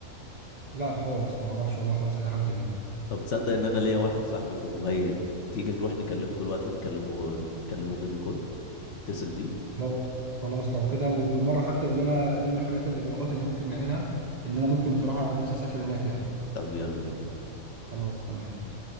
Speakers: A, on the right (about 45°); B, on the left (about 60°).
A: لا خالص ما اعرفش والله خالص اي حد هناك
B: طب تصدق إن أنا ليا واحد صاحبي في دبي تيجي نروح نكلمه دلوقتي نكلمه نكلمه فيديو كول اتصل بيه
A: لو خلاص لو كده وبالمرة حتى يقول لنا ايه الحاجات الإجراءات اللي ممكن نعملها إن أنا ممكن بصراحة نفسي أسافر هناك يعني
B: طب يلا بينا
A: خلاص تمام